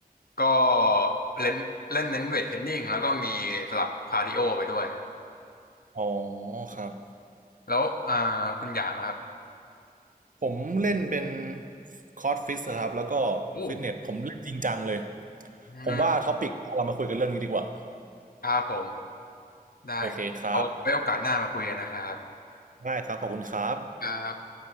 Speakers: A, on the left; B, on the right.
A: ก็เล่นเล่นเน้นเวทเทรนนิ่งแล้วก็มีสลับคาร์ดิโอไปด้วย
B: อ๋อครับ
A: แล้วอ่าคุณหยางนะครับ
B: ผมเล่นเป็นคอร์สฟิตครับแล้วก็
A: โอ้
B: ฟิตเนสผมเล่นจริงจังเลย
A: อืม
B: ผมว่าท็อปิกเรามาคุยกันเรื่องนี้ดีกว่า
A: ครับผม ได้ครับ
B: โอเคครับ
A: เอาไว้โอกาสหน้ามาคุยกันนะครับ
B: ได้ครับขอบคุณครับ
A: ครับ